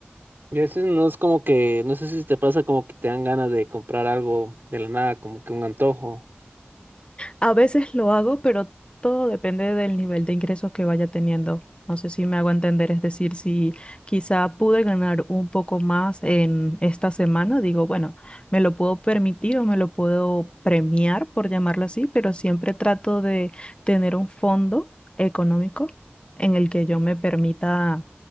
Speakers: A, on the right (about 55°); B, on the left (about 25°).
A: Y a veces no es como que, no sé si te pasa como que te dan ganas de comprar algo de la nada, como que un antojo.
B: A veces lo hago, pero todo depende del nivel de ingresos que vaya teniendo. No sé si me hago entender, es decir, si quizá pude ganar un poco más en esta semana, digo, bueno, me lo puedo permitir o me lo puedo premiar, por llamarlo así, pero siempre trato de tener un fondo económico en el que yo me permita